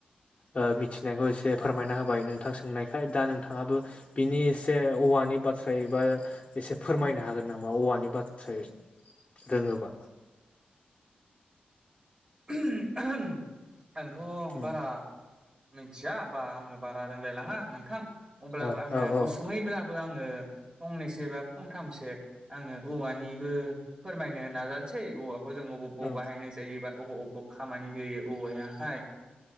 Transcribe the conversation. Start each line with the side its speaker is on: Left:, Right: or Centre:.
Left: ओ मिथिनायखौ एसे फोरमायना होबाय नोंथां सोंनायखाय। दा नोंथाङाबो बिनि एसे औवा नि बाथ्रायै बा एसे फोरमायनो हागोन नामा औवानि बाथ्रायै? रोङोबा
Right: ओहो आहाम आंथ'
Left: उम
Right: बारा मिथिया बा आङो बारा रोंलायलाङा नोंथां, अब्लाबो
Left: ओ
Right: आङो
Left: औ औ
Right: गुसुयैब्लाबो आङो फंनैसो बा फंथामसो आङो औवानिबो फोरमायनो नाजानोसै औवा खौ जों अबाव
Left: औ
Right: बाहायनाय जायोबा अबाव अबाव खामानि होयो औवायाहाय,